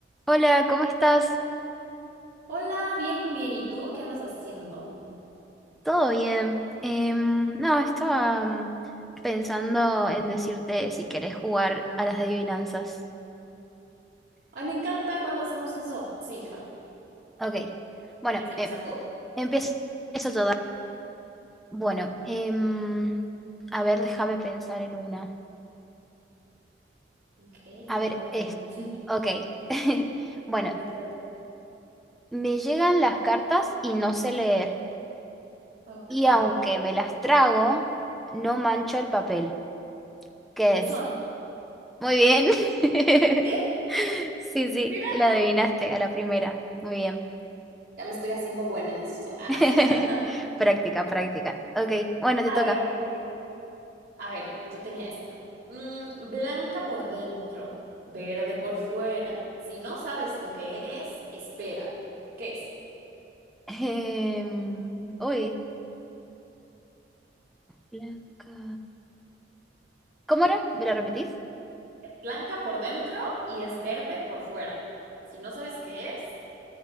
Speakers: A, in the centre; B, on the right.
A: Hola, ¿cómo estás?
B: Hola, bien, bien. ¿Y tú qué andas haciendo?
A: ¿Todo bien? Em, no, estaba mm, pensando en decirte si querés jugar a las adivinanzas.
B: Ay, me encanta cuando hacemos eso. Sí, jalo.
A: Ok, bueno,
B: ¿Quieres empezar
A: eh,
B: tú?
A: empiezo yo. da- Bueno, em, a ver, déjame pensar en una.
B: Ok, yo
A: A
B: ya
A: ver,
B: tengo la mía.
A: es,
B: <laughs>
A: ok. <laughs> Bueno,
B: Date, date.
A: me llegan las cartas y no sé leer.
B: Ok.
A: Y aunque me las trago, no mancho el papel. ¿Qué
B: Buzón.
A: es? Muy bien. <laughs>
B: ¿Sí?
A: Sí, sí,
B: Mira,
A: la adivinaste a la primera. Muy bien.
B: ya me estoy haciendo buena en esto. Ah.
A: <laughs>
B: <laughs>
A: Práctica, práctica. Ok, bueno, te
B: A
A: toca.
B: ver, voy. a ver, yo tenía esta. Mm, blanca por dentro, verde por fuera. Si no sabes lo que es, espera. ¿Qué es?
A: Em, uy, Blanca. ¿Cómo era? ¿Me la repetís?
B: Blanca por dentro y es verde por fuera. Si no sabes qué es,